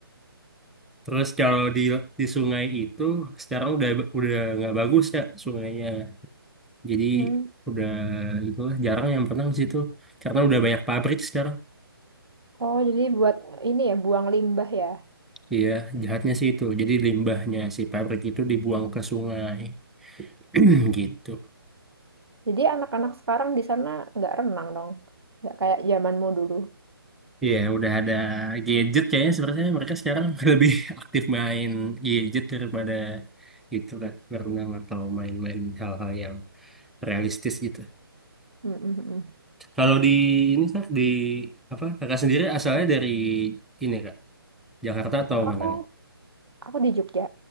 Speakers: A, in the centre; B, on the right.
A: terus kalau di di sungai itu sekarang udah udah nggak bagus ya sungainya jadi
B: Hmm.
A: udah itu jarang yang berenang di situ karena udah banyak pabrik sekarang
B: Oh, jadi buat ini ya buang limbah ya.
A: Iya, jahatnya sih itu. Jadi limbahnya si pabrik itu dibuang ke sungai. <clears throat> Gitu.
B: Jadi anak-anak sekarang di sana nggak renang dong. Nggak kayak zamanmu dulu.
A: Iya, udah ada gadget kayaknya sebenarnya mereka sekarang <laughs> lebih aktif main gadget daripada itu kan berenang atau main-main hal-hal yang realistis gitu.
B: Mm, mm, mm.
A: Kalau di ini kak di apa kakak sendiri asalnya dari ini kak Jakarta atau mana
B: Aku
A: nih?
B: aku di Jogja.